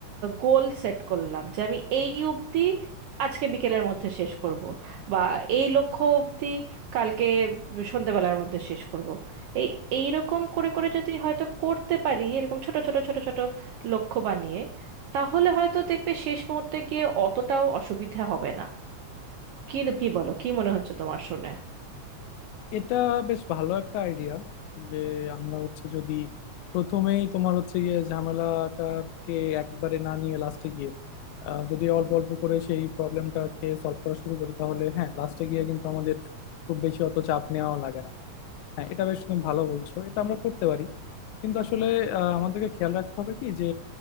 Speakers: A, on the right (about 80°); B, on the left (about 85°).
A: গোল সেট করলাম যে আমি এই অবধি আজকে বিকেলের মধ্যে শেষ করব বা এই লক্ষ্য অবধি কালকে সন্ধ্যেবেলার মধ্যে শেষ করব এই এই রকম করে করে যদি হয়তো করতে পারি এরকম ছোট ছোট ছোট ছোট লক্ষ্য বানিয়ে তাহলে হয়তো দেখবে শেষ মুহূর্তে গিয়ে অতটাও অসুবিধা হবে না কি কি বলো কি মনে হচ্ছে তোমার শুনে
B: এটা বেশ ভালো একটা আইডিয়া যে আমরা হচ্ছে যদি প্রথমেই তোমার হচ্ছে গিয়ে ঝামেলাটাকে একবারে না নিয়ে লাস্টে গিয়ে আহ, যদি অল্প অল্প করে সেই প্রবলেমটাকে সলভ করা শুরু করি তাহলে হ্যাঁ লাস্টে গিয়ে কিন্তু আমাদের খুব বেশি অত চাপ নেওয়াও লাগে না হ্যাঁ এটা বেশ তুমি ভালো বলছো এটা আমরা করতে পারি কিন্তু আসলে আহ, আমাদেরকে খেয়াল রাখতে হবে কি যে